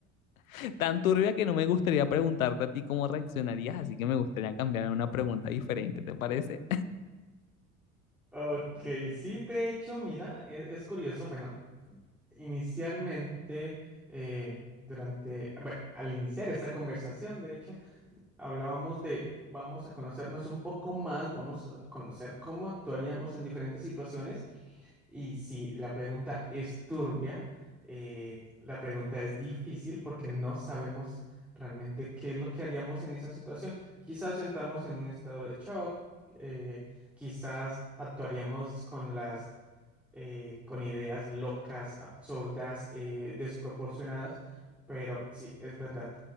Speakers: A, on the left; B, in the centre.
A: <laughs> Tan turbia que no me gustaría preguntarte a ti cómo reaccionarías, así que me gustaría cambiar a una pregunta diferente, ¿te parece?
B: Ok, sí, de hecho, mira, e- es curioso. Bueno, inicialmente, eh, durante, bueno, al iniciar esta conversación, de hecho, Hablábamos de vamos a conocernos un poco más, vamos a conocer cómo actuaríamos en diferentes situaciones y si la pregunta es turbia, eh, la pregunta es difícil porque no sabemos realmente qué es lo que haríamos en esa situación. Quizás entramos en un estado de shock, eh, quizás actuaríamos con las eh, con ideas locas, absurdas, eh, desproporcionadas, pero sí, es verdad.